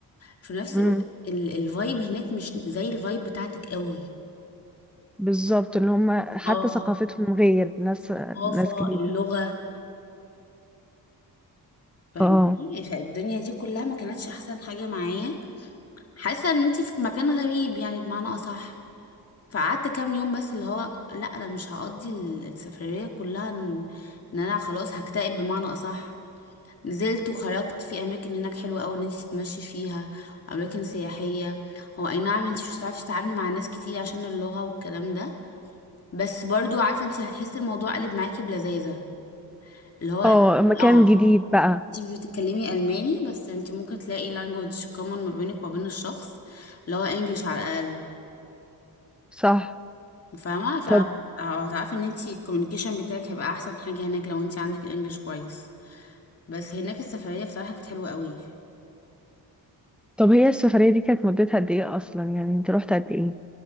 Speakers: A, on the left; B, in the centre.
A: في نفس
B: امم
A: الوقت ال- الفايب هناك مش زي الفايب بتاعتك قوي
B: بالظبط ان هما حتى
A: اه
B: ثقافتهم غير ناس
A: والثقافة
B: ناس جديدة
A: اللغة فاهمني
B: اه
A: فالدنيا دي كلها ما كانتش احسن حاجة معايا حاسة ان انتي في مكان غريب يعني بمعنى اصح فقعدت كام يوم بس اللي هو لا انا مش هقضي ال- السفرية كلها ان, إن انا خلاص هكتئب بمعنى اصح نزلت وخرجت في اماكن هناك حلوة قوي ان انتي تتمشي فيها اماكن سياحية هو اي نعم انتي مش هتعرفي تتعاملي مع ناس كتير عشان اللغة والكلام ده بس برضو عارفة انتي هتحسي الموضوع قلب معاكي بلذاذة اللي هو انت-
B: اه مكان
A: اه
B: جديد بقى
A: انتي بتتكلمي الماني بس انتي ممكن تلاقي language common ما بينك وبين الشخص اللي هو انجليش على الاقل
B: صح
A: فاهمه فهتعرفي
B: طب
A: ان انتي الكوميونيكيشن بتاعك هيبقى احسن حاجه هناك لو انتي عندك انجليش كويس بس هناك السفريه بصراحه كانت حلوه قوي
B: طب هي السفرية دي كانت مدتها قد ايه اصلا يعني انت روحت قد ايه